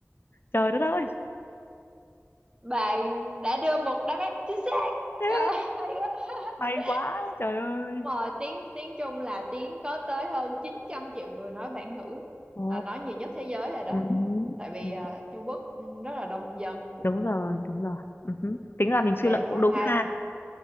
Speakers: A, on the left; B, on the right.
A: trời đất ơi
B: Bạn đã đưa một đáp án chính xác.
A: Ê,
B: Trời ơi, hay quá. <laughs>
A: may quá trời ơi
B: Mà tiếng tiếng Trung là tiếng có tới hơn 900 triệu người nói bản ngữ
A: ồ
B: là nói nhiều nhất thế giới rồi đó.
A: ừ hứ,
B: Tại vì
A: ừ,
B: à, Trung Quốc ừ, rất là đông dân.
A: đúng rồi đúng rồi ừ hứ. tính ra mình
B: Ok
A: suy luận cũng
B: quá
A: đúng
B: hay.
A: ha